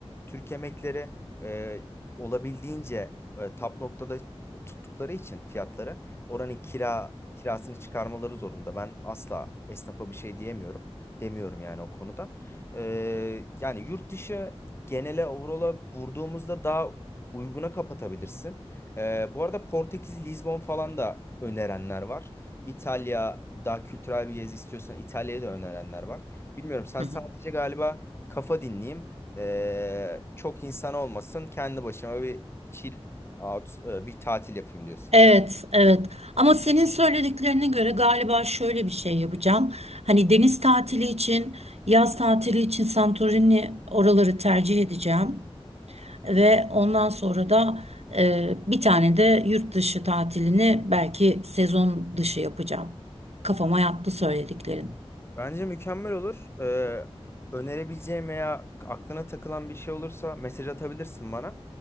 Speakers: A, on the left; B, on the right.
A: Türk yemekleri e, olabildiğince e, tap noktada tuttukları için fiyatları oranın kira kirasını çıkarmaları zorunda. Ben asla esnafa bir şey diyemiyorum. Demiyorum yani o konuda. Ee, yani yurt dışı genele overall'a vurduğumuzda daha uyguna kapatabilirsin. Ee, bu arada Portekiz, Lizbon falan da önerenler var. İtalya daha kültürel bir gezi istiyorsan İtalya'ya da önerenler var. Bilmiyorum sen
B: Hı
A: sadece
B: hı.
A: galiba kafa dinleyeyim. Ee, çok insan olmasın. Kendi başıma bir chill out, e, bir tatil yapayım diyorsun.
B: Evet, evet. Ama senin söylediklerine göre galiba şöyle bir şey yapacağım. Hani deniz tatili için, yaz tatili için Santorini oraları tercih edeceğim. Ve ondan sonra da e, bir tane de yurt dışı tatilini belki sezon dışı yapacağım. Kafama yattı söylediklerin.
A: Bence mükemmel olur. Ee, önerebileceğim veya aklına takılan bir şey olursa mesaj atabilirsin bana.